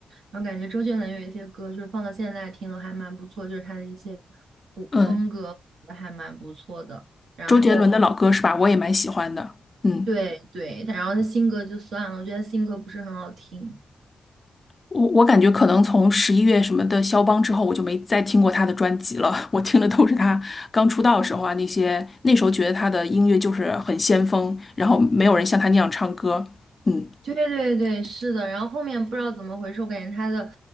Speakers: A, on the right; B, on the left.
A: 然后感觉周杰伦有一些歌就是放到现在听都还蛮不错，就是他的一些古风歌还蛮不错的。
B: 嗯，
A: 然后
B: 周杰伦的老歌是吧？我也蛮喜欢的。嗯。
A: 对对，他然后他新歌就算了，我觉得新歌不是很好听。
B: 我我感觉可能从十一月什么的肖邦之后，我就没再听过他的专辑了。<laughs> 我听的都是他刚出道的时候啊，那些那时候觉得他的音乐就是很先锋，然后没有人像他那样唱歌。嗯
A: 对对对，是的。然后后面不知道怎么回事，我感觉他的